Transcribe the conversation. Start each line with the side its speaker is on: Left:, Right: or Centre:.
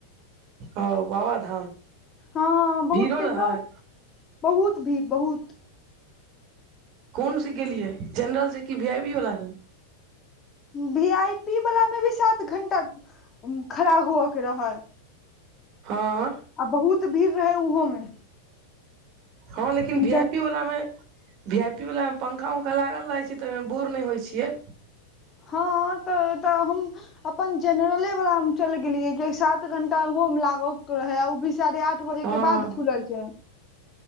Right: ओ बाबाधाम
Left: हँ बहुते
Right: भीड़ो रहै
Left: दस <inaudible> बहुत भीड़ बहुत
Right: कोन स गेलियै जनरल स की वी आई वी वाला स
Left: वी आइ पी वला में भी सात घण्टा खड़ा होअ कऽ रहल
Right: हऽ
Left: आ बहुत भीड़ रहै उहो में
Right: हऽ लेकिन वी
Left: जन
Right: आइ पी वला में वी आइ पी वला मे पंखा उन्खा लागल रहै छै तऽ बोर नै होइ छियै
Left: हँ तऽ तऽ हम अपन जेनरले वाला में चैल गेलियै किय की सात घंटा उहो में लाग कऽ रहे ओ भी साढ़े आठ दु बजे
Right: हँ
Left: कऽ बाद खुलै छै